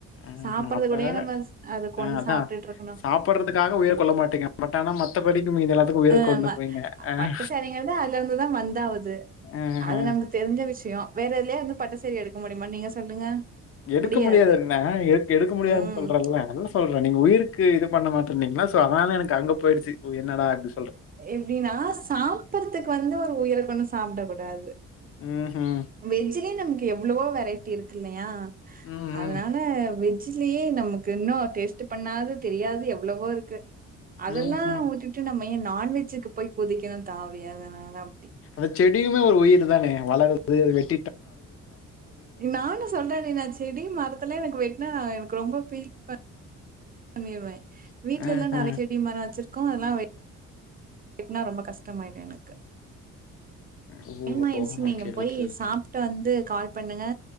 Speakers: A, on the left; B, on the right.
A: அ
B: சாப்பிடுறது
A: ஹா அப் இப்ப
B: கூடயே நம்ம அத கொன்னு
A: ஆஹ் அதான்
B: சாப்ட்டுட்டு இருக்கணும்.
A: சாப்புடுறதுக்காக உயிர் கொள்ள மாட்டிங்க பட் ஆனா மத்தபடிக்கு <unintelligible>
B: ஆஹ்
A: கொண்டுக்குவீங்க ஆஹ்,
B: பட்டிசாரீங்கதா அதுலருந்துதா வந்தாகுது
A: ஆஹா.
B: அது நமக்கு தெரிஞ்ச விஷயோ வேற எதுலயே வந்து பட்டு சாரீ எடுக் முடியுமா நீங்க சொல்லுங்க
A: எடுக்க
B: முடியாது.
A: முடியாதுன்னா எடுக்க முடியாதுன்னு
B: ம்.
A: சொல்றல்ல அதனால்ல சொல்றே நீங்க உயிருக்கு இது பண்ண மாட் பண்ணிங்ன்னா சோ அதனால எனக்கு அங்க போயிருச்சு என்னடா இப்டி
B: எப்டின்னா சாப்பறதுக்கு வந்து ஒரு உயிர கொன்னு சாப்டக் கூடாது
A: ம்ஹும்.
B: வெஜ்ஜிலே நமக்கு எவ்ளேவோ வெரைட்டி இருக்கு இல்லையா
A: ம்ஹும்.
B: அதனால வெஜ் ஜிலயே நமக்கு இன்னு டேஸ்ட்டு பண்ணாது தெரியாது எவ்ளோவோ இருக்கு அதெல்லா
A: ம்ஹும்.
B: உட்டுட்டு நம்ம எ பைய நான்வெஜ்ஜுக்கு போய் குதுக்கிறா தாவி அதனால அப்டி.
A: அந்த செடியுமே ஒரு உயிர் தானே வளருது அதுகள வெட்
B: நானு சொல்றனே நா செடி மரத்துல எனக்கு வெட்னா எனக்கு ரொம்ப ஃபீல் ப பண்ணிடுவே
A: கொல்றீங்க
B: வீட்லல்லா நறைய செடி மரோ வெச்சுரு பக்கோ அதெல்லா வெட்னா ரொம்ப கஷ்டமாய்டு எனக்கு
A: ஓ!
B: டைமாய்டுச்சு நீங்க
A: ஓகே,
B: போய்
A: ஓகே, ஓகே.
B: சாப்ட்டு வந்து கால் பண்ணுங்க